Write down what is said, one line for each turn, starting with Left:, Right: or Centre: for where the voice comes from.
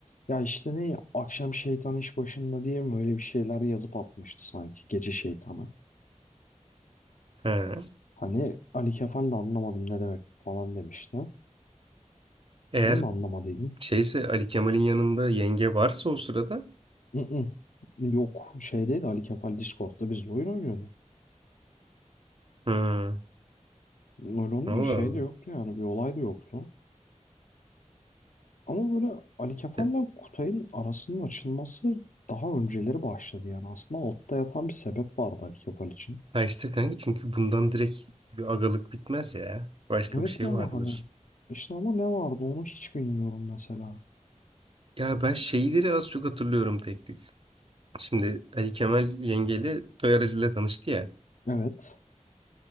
Left: ya işte ne ya, akşam şeytan iş başında diye mi öyle bir şeyler yazıp atmıştı sanki gece şeytanı.
Right: Ha.
Left: Hani Ali Kefal de anlamadım ne demek falan demişti.
Right: Eğer
Left: Ben de anlamadıydım.
Right: şeyse Ali Kemal'in yanında yenge varsa o sırada.
Left: "Mm-mm, Yok şeydeydi Ali Kefal Discord'da bizle oyun oynuyordu.
Right: Hı.
Left: Öyle olunca
Right: Allah
Left: şey
Right: Allah.
Left: de yoktu yani bir olay da yoktu. Ama böyle Ali Kefal'le
Right: Ya,
Left: Kutay'ın arasının açılması daha önceleri başladı yani. Aslında altta yatan bir sebep vardı Ali Kefal için.
Right: ha işte kanka çünkü bundan direkt bir agalık bitmez ya. Başka
Left: Evet
Right: bir şey
Left: yani
Right: vardır.
Left: hani işte ama ne vardı onu hiç bilmiyorum mesela.
Right: Ya ben şeyleri az çok hatırlıyorum tek tek. Şimdi Ali Kemal yengeyle toy aracıyla tanıştı ya.
Left: Evet.